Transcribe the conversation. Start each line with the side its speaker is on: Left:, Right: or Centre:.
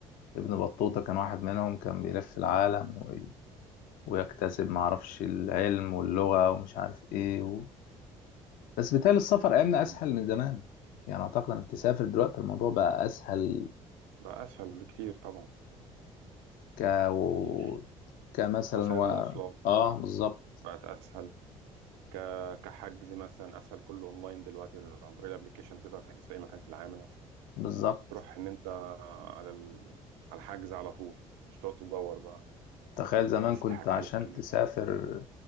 Left: ابن بطوطة كان
Right: اه
Left: واحد منهم كان بيلف العالم ويكتسب معرفش العلم واللغة ومش عارف ايه و... بس بالتالي السفر ايامنا اسهل
Right: تمام.
Left: من زمان يعني اعتقد انك تسافر دلوقتي الموضوع بقى اسهل
Right: بقى اسهل بكتير طبعا
Left: ك
Right: اسهل
Left: و...
Right: بكتير
Left: كمثلا
Right: وسائل
Left: و...
Right: المواصلات
Left: اه بالظبط
Right: بقت اسهل ك... كحجز مثلا اسهل كله اونلاين دلوقتي عن طريق الابليكيشن تقدر تحجز في اي مكان في العالم لا
Left: بالظبط
Right: وتروح ان انت على ال... على الحجز على طول مش تقعد تدور بقى
Left: تخيل زمان
Right: الناس
Left: كنت
Right: تضحك
Left: عشان
Right: عليك هناك
Left: تسافر